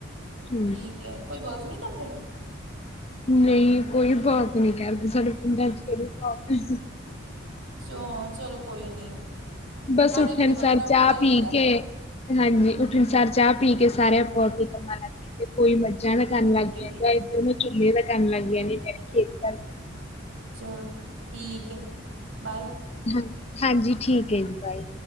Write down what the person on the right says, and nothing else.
ਠੀਕ ਹੈ ਕੋਈ ਵਰਕ ਨਹੀਂ ਕਰਦੇ?
ਸੋ ਚਲੋ ਕੋਈ ਨੀ।
ਹਰ
ਇੱਕ ਦੇ ਵੱਖਰਾ
ਵੱਖਰਾ
ਹੀ
ਹੁੰਦਾ
ਹਮ
ਠੀਕ
ਹੈ
ਠੀਕ ਹੈ
ਚਲੋ ਠੀਕ ਏ ਬਾਏ